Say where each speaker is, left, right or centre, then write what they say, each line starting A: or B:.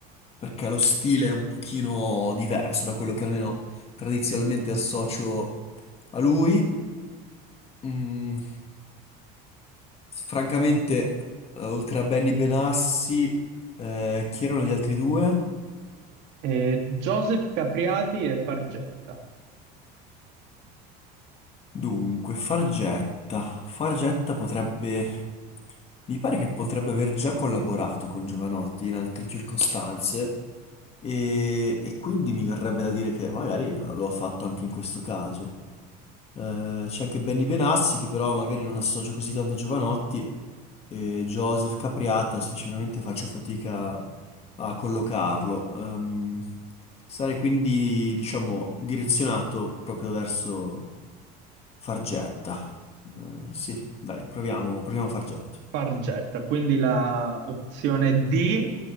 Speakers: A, on the left (about 30°); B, on the right (about 60°).
A: perché lo stile è un pochino diverso da quello che almeno tradizionalmente associo a lui. Mm, francamente, eh, oltre a Benny Benassi, eh, chi erano gli altri due?
B: Eh, Joseph Capriati e Fargetta.
A: Dunque, Fargetta. Fargetta potrebbe... Mi pare che potrebbe aver già collaborato con Giovanotti in altre circostanze e, e quindi mi verrebbe da dire che magari la- lo ha fatto anche in questo caso. Eh, c'è anche Benny Benassi che però magari non associo così tanto a Giovanotti e Joseph Capriata sinceramente faccio fatica a collocarlo. Ehm, sarei quindi diciamo direzionato proprio verso Fargetta. Eh, sì, dai, proviamo, proviamo Fargetta.
B: Fargetta, quindi la opzione D,